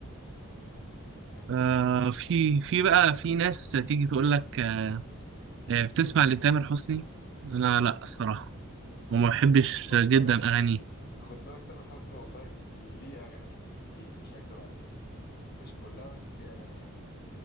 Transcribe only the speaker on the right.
آه في في بقى في ناس تيجي تقول لك آه آه، بتسمع لتامر حسني انا لا الصراحه وما بحبش
جدا
اغانيه